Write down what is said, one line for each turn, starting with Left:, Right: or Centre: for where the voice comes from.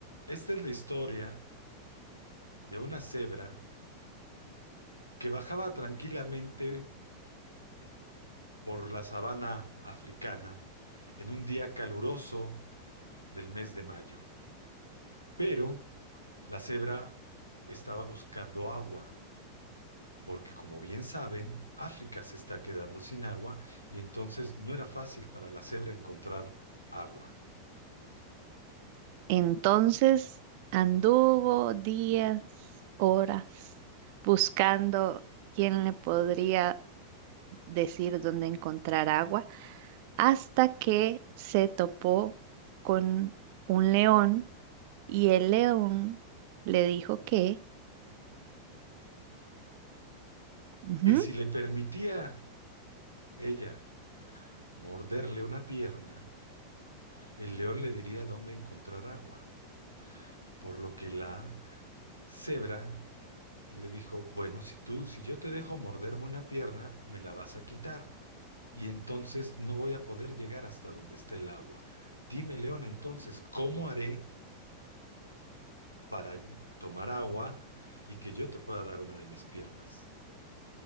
Left: Esta es la historia de una cebra que bajaba tranquilamente por la sabana africana en un día caluroso del mes de mayo. Pero la cebra estaba buscando agua, porque como bien saben, África se está quedando sin agua y entonces no era fácil para la cebra encontrar agua.
Right: Entonces anduvo días, horas, buscando quién le podría decir dónde encontrar agua, hasta que se topó con un león y el león le dijo que, Ujú.
Left: Que si le permitía ella morderle una pierna, el león le diría dónde encontrar agua. Por lo que la cebra le dijo, bueno, si tú, si yo te dejo morderme una pierna, me la vas a quitar. Y entonces no voy a poder llegar hasta donde esté el agua. Dime, león, entonces, ¿cómo haré para tomar agua y que yo te pueda dar una de mis piernas?